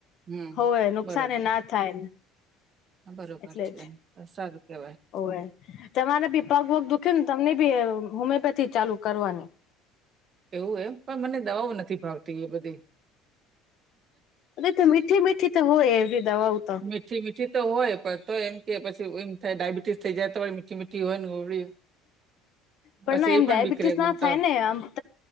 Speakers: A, on the right; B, on the left.
A: હમ
B: હોવે નુકસાન
A: બરોબર.
B: ના થાય
A: બરોબર
B: એટલે
A: છે
B: જ
A: એ સારું કેવાય.
B: હોવે તમારે બી પગ વગ તમને બી હોમિયોપેથી ચાલુ કરવાની.
A: એવું એમ પણ મને દવાઓ નથી ભાવતી એ બધી
B: અરે તો મીઠી મીઠી તો હોય એવી દવાઓ તો.
A: મીઠી મીઠી તો હોય પણ તો એમ કે પછી એમ થાય ડાયબિટીસ થઈ જાય તોી મીઠી મીઠી હોય ને ગોળી.
B: પણ
A: પછી
B: ના એમ
A: એ
B: ડાયાબિટીસ
A: બીકરે
B: ના
A: મન
B: થાય
A: તો
B: નેમ